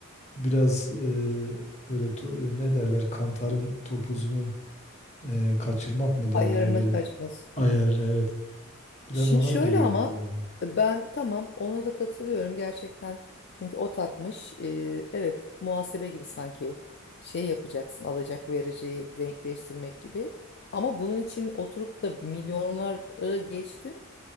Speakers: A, on the left; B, on the left.
A: biraz e, böyle to- e, ne derler kantarın topuzunu e, kaçırmak mı derler
B: Ayarının
A: öyle
B: kaçması.
A: bir ayar evet biraz
B: Şimdi
A: ona
B: şöyle
A: giriyor
B: ama
A: gibi geldi bana.
B: e, ben tamam ona da katılıyorum gerçekten. Çünkü o takmış. e, evet muhasebe gibi sanki şey yapacaksın alacak vereceği denkleştirmek gibi. Ama bunun için oturup da milyonlara geçtim.